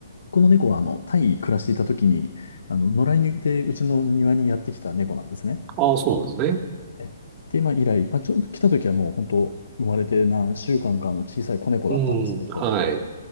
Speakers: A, on the left (about 75°); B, on the right (about 30°).
A: この猫はあの、タイに暮らしていた時に、あの、野良犬でうちの庭にやってきた猫なんですね。
B: ああ、そうなんですね。
A: えで、まあ、以来、まあ、ちょっと来た時はもう本当、生まれて何週間かの小さい子猫だったんですけど、
B: うん。はい。